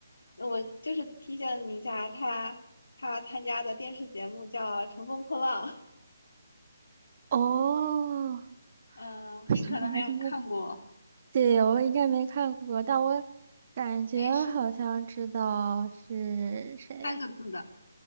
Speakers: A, on the left; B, on the right.
A: 我就是提醒你一下，他他参加的电视节目叫《乘风破浪》，
B: 哦，
A: 嗯，
B: 我想想看什么
A: 你可能没有看过，
B: <laughs>？对，我应该没看过，但我感觉好像知道是谁，
A: 没事，三个字的，